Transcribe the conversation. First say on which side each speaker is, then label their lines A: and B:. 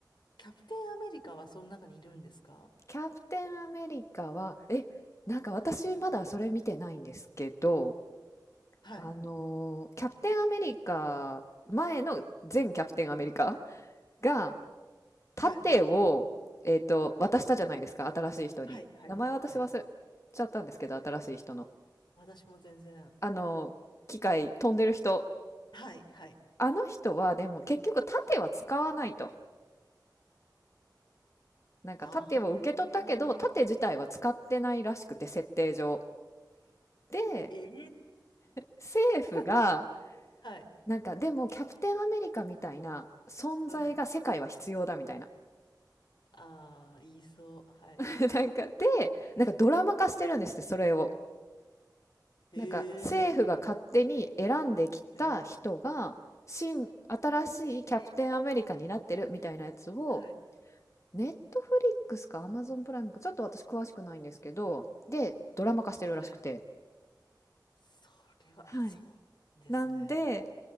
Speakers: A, on the left (about 90°); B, on the left (about 40°).
A: キャプテンアメリカはその中にいるんですか
B: キャプテンアメリカは、え、なんか私まだそれ見てないんですけど、
A: はい、
B: あのーキャプテンアメリカ、前の前キャプテンアメリカが盾を、
A: はい、
B: えっと、渡したじゃないですか、新しい人に。
A: はい、はい、
B: 名前私忘れちゃったんですけど、
A: はい。
B: 新しい人の。
A: 私も全然。
B: あの、機械飛んでる人。
A: はい、はい。
B: あの人はでも結局盾は使わないと。なんか盾を受け取ったけど、
A: ああ、
B: 盾自体は使ってないらしくて、設定上。で、
A: ええー
B: 政府が、
A: <laughs>、はい。
B: なんかでもキャプテンアメリカみたいな存在が世界は必要だみたいな。
A: <laughs> ああー、言いそう。はい。
B: <laughs> なんかで、なんかドラマ化してるんですって、それを。
A: へえ。
B: なんか政府が勝手に選んできた人が、
A: はい、
B: 新、新しいキャプテンアメリカになってるみたいなやつを、
A: えーはい、
B: ネットフリックスかアマゾンプライムか、ちょっと私詳しくないんですけど、で、ドラマ化してるらしくて。
A: はい。それは、
B: はい。
A: あ、そうですね。
B: なんで、